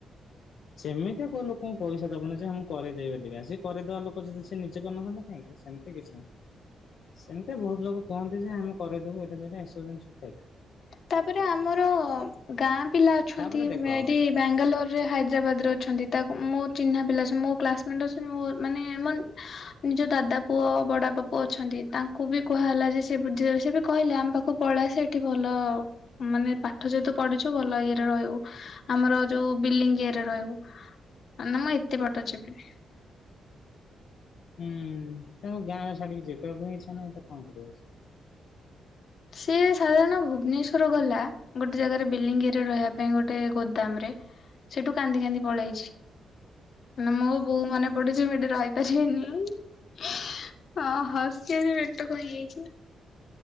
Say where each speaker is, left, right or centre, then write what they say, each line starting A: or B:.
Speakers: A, on the left; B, on the left.
A: ସେମିତିଆ କୋଉ ଲୋକଙ୍କୁ ପଇସା ଦବନି ଯେ ମୁଁ କରିଦବି ବୋଲିିକା। ସେ କରିଦେବା ଲୋକ ଯଦି ସେ ନିଜେ କରି ନଥାନ୍ତା କାହିଁକି? ସେମିତି କିଛି ନାହିଁ। ସେମିତି ବହୁତ ଲୋକ କୁହନ୍ତି ଯେ ଆମେ କରେଇ ଦବୁ ଏଟା ସେଟାଏସବୁ ଜିନିଷ କହିବେ।
B: ତାପରେ ଆମର ଗାଁ ପିଲା ଅଛନ୍ତି
A: ତାପରେ ଦେଖ
B: ଏଠି। ବାେଙ୍ଗାଲୋର ରେ ହାଇଦ୍ରାବାଦ ରେ ଅଛନ୍ତି ତାକୁ ମୋ ଚିହ୍ନା ପିଲାସେ ମୋ କ୍ଲାସମେଟ ଅଛନ୍ତି ମୋ ମାନେଆମ ନିଜ ଦାଦା ପୁଅ ବଡ ବାପା ପୁଅ ଅଛନ୍ତି ତାଙ୍କୁ ବି କୁହା ହେଲା ଯେ ସେ ବୁଝିଦେବେ ସେ ବି କହିଲେ ଆମ ପାଖକୁ ପଳେଇ ଆସେ। ଏଠ ଭଲ ମାନେ ପାଠ ଯେହେତୁ ପଢିଛୁ ଭଲ ଇଏରେ ରହିବୁ। ଆମର ଯୋଉ ବିଲିଙ୍ଗି ଇଏରେ ରହିବୁ ମାନେ ମୁଁ ଏତେ ବାଟ ଯିବି।
A: ହୁଁ ତମ ଗାଁଛାଡିକି ଯିବାକୁ ଇଚ୍ଛା ନାହିଁ ତ କଣ କରିବ ସେ?
B: ସେ ସାଧାରଣ ଭୁବନେଶ୍ଵର ଗଲା। ଗୋଟେ ଜାଗାରେ ବଲିଙ୍ଗି ଇଏ ରେ ରହିବା ପାଇଁ ଗୋଟେ ଗୋଦାମ ରେ। ସେଠୁ କାନ୍ଦି କାନ୍ଦି ପଳେଇ ଆଇଚି। ମ ମୁଁ ବୋଉ ମନେ ପଡୁଚି ମୁଁ ଏଠି ରହିପାରିବିନି। ହଁ ହସି ହସି ପେଟ କଣ ହେଇଯାଇଚି?